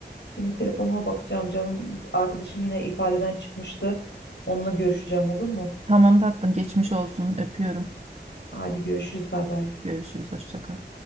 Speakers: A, on the left; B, on the right.
A: Şimdi telefonuma bakacağım canım. Bu Arkadaşım yine ifadeden çıkmıştı. Onunla görüşeceğim olur mu?
B: Tamam tatlım. Geçmiş olsun. Öpüyorum.
A: Hadi görüşürüz bay bay.
B: Görüşürüz. Hoşça kal.